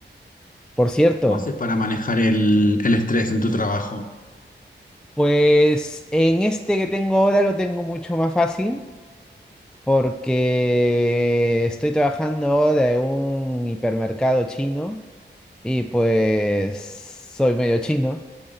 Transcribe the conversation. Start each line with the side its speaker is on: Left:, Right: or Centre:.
Centre: Por cierto,
Left: ¿Cómo haces para manejar el, el estrés en tu trabajo?
Centre: pues en este que tengo ahora lo tengo mucho más fácil porque estoy trabajando de un hipermercado chino. y pues soy medio chino.